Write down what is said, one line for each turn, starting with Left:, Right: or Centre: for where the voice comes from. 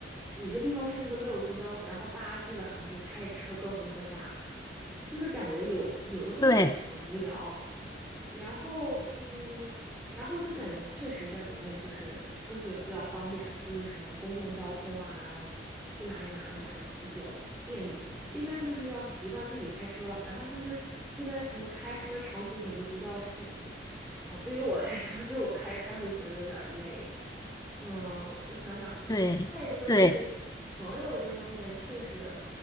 Centre: 有些地方甚至都没有路灯，然后大家基本上就开着车各回各家，就是感觉有有那么一点点无聊。
Left: 对
Centre: 然后，嗯，然后就感觉确实在国内就是出去比较方便，就是什么公共交通啊，然后去哪里哪里啊都比较便利一点。这边就是要习惯自己开车，然后就是这边什么开稍微长途一点都不叫事情啊。对于我来说，就是我开着开着会觉得有点儿累。嗯，我想想，
Left: 对对，
Centre: 再一个就是朋友这方面，确实